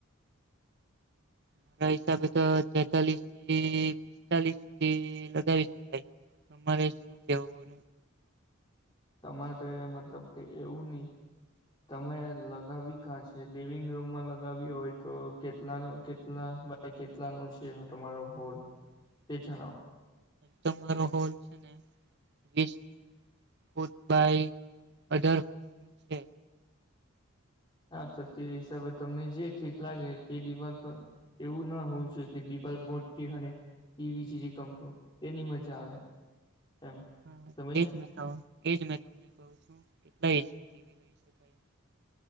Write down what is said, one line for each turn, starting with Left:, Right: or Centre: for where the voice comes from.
Right: મારા હિસાબે તો તેતાલીસ થી પિસ્તાલીસ સુધી લગાવી શકાય અરે શું કેવા
Left: તમારે મતલબ કે એવું નહી તમે લગાવી કાં છે લિવિંગ રૂમમાં લગાવી હોય તો કેટલા ન કેટલા હ કેટલાનો છે તમારો હોલ
Right: <inaudible>
Left: તે જણાવો.
Right: તમારો હોલ છે ને વીસ ફૂટ બાય અઢાર ફૂટ હમ
Left: હા તો તે હિસાબે તમને જે ઠીક લાગે તે દિવાલ પર એવું ના હોવું જો કે દપ બોટથી અને ટીવી જે ર કમપુ તેની મજા આવે એમ
Right: હા
Left: સમજ્યા
Right: એજ એજ મે તમને કહ છું કેટલા એજની ટીવી લઈ શકાય એમ